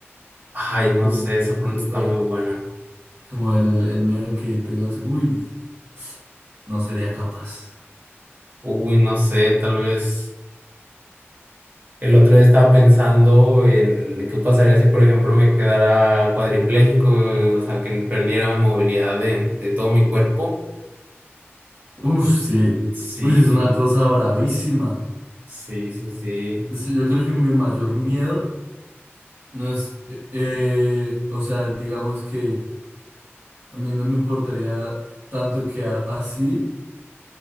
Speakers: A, on the right (about 45°); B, on the right (about 60°).
A: ay, no
B: Mm.
A: sé, esa pregunta
B: El
A: está
B: pa-
A: muy buena.
B: como el, el miedo que tengas, uy, no sería capaz.
A: Uy, no sé, tal vez el otro día estaba pensando en qué pasaría si, por ejemplo, me quedara cuadripléjico, o sea, que perdiera movilidad de, de todo mi cuerpo.
B: Uf, sí.
A: Sí,
B: Uy, es una cosa bravísima.
A: sí, sí, sí.
B: Sí, Yo creo que mi mayor miedo No es, eh, o sea, digamos que a mí no me importaría tanto quedar así